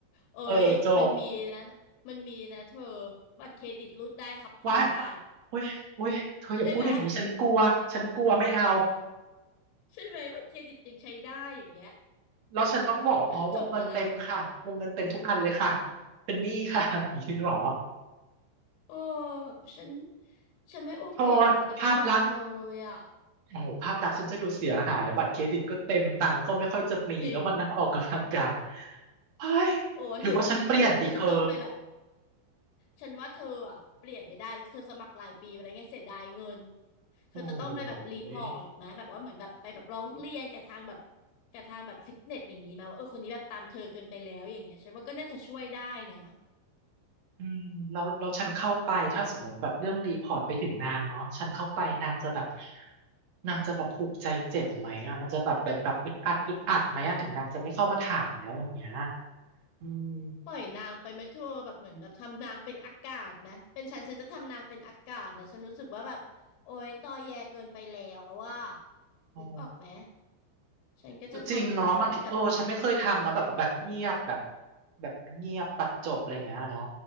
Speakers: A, on the left; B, on the right.
A: เอ้ยมันมีนะมันมีนะเธอ
B: เออจบ
A: บัตรเครดิตรูดได้ครับผ่อนได้
B: ว้ายโอ๊ยโอ๊ยเธออย่าพูดอย่างนี้ฉันกลัวฉันกลัวไม่เอา
A: ใช่ไหมใช่ไหมบัตรเครดิตยังใช้ได้อย่างเงี้ย
B: แล้วฉันต้องบอกว่าอ๋อวงเงินเต็มค่ะวงเงินเต็มทุกอันเลยค่ะ
A: ก็จบแล้วนะ
B: เป็นหนี้ค่ะ <laughs> อย่างนี้หรอ
A: โอ้แบบฉันฉันไม่โอเคกับพนักงานเธอเลยอ่ะ
B: โทษภาพลักษณ์โอ้โหภาพลักษณ์ฉันจะดูเสียหายบัตรเครดิตก็เต็มตังค์ก็ไม่ค่อยจะมีแล้วมันออกกำลังกาย
A: จริง
B: เฮ้ย
A: โอ้ยหรือว่าหรือว่าเธอจะต้องไปแบบ
B: หรือว่าฉันเปลี่ยนดีเธอ
A: ฉันว่าเธออ่ะเปลี่ยนไม่ได้แล้วเธอสมัครรายปีไปแล้วไงเสียดายเงินเธอจะต้องไปแบบรีพอร์ตไหมแบบว่าเหมือนแบบไปแบบร้องเรียนกับทางแบบ
B: โอ้ย
A: กับทางแบบฟิตเนสอย่างนี้ไหมาว่าเออคนนี้แบบตามเธอเกินไปแล้วอย่างเงี้ยฉันว่าก็น่าจะช่วยได้นะ
B: อืมเราเราฉันเข้าไปถ้าสมมติแบบเรื่องรีพอร์ตไปถึงนางเนาะฉันเข้าไปนางจะแบบนางจะแบบผูกใจเจ็บไหมอ่ะมันจะแบบเป็นแบบอึดอัดอึดอัดไหมอ่ะถึงนางจะไม่เข้ามาถามแล้วอย่างเงี้ยอืม
A: ปล่อยนางไปไหมเธอแบบเหมือนแบบทำนางเป็นอากาศไหมเป็นฉันฉันจะทำนางเป็นอากาศนะฉันรู้สึกว่าแบบโอ๊ยตอแยเกินไปแล้วว่า
B: โอ้
A: นึกออกไหมฉันก็จะทำอย่างนั้นแบบ
B: ก็จริงเนาะบางทีโอ้ฉันไม่เคยทำเนาะแบบแบบเงียบแบบ
A: อืม
B: แบบเงียบตัดจบอะไรอย่างเงี้ยเนาะ